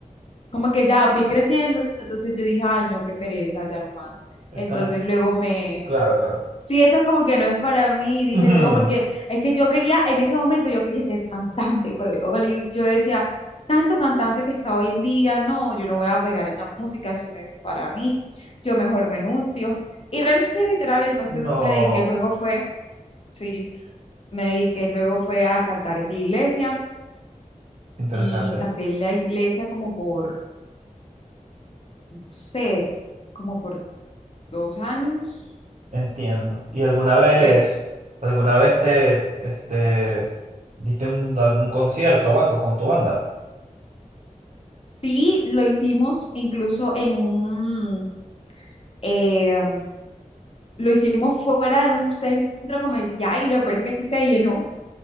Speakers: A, on the left; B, on the right.
A: como que ya fui creciendo, entonces yo dije, ay, no, qué pereza, ya no más.
B: Esto
A: Entonces
B: no es...
A: luego me,
B: Claro, claro.
A: sí, esto es como que no es para mí, dije
B: Ujú.
A: yo, porque es que yo quería, en ese momento yo quería ser cantante, pero yo, li- yo decía, tanto cantante que está hoy en día, no, yo no voy a pegar en la música, eso no es para mí, yo mejor renuncio. Y renuncié literal, entonces
B: No,
A: me dediqué luego fue, sí, me dediqué luego fue a cantar en la iglesia
B: interesante.
A: y canté en la iglesia como por, no sé, como por dos años,
B: Entiendo. ¿Y alguna vez,
A: tres.
B: alguna vez te, este, diste un, algún concierto o algo con tu banda?
A: Sí, lo hicimos incluso en un, eh, lo hicimos fuera de un centro comercial y lo peor es que sí se llenó.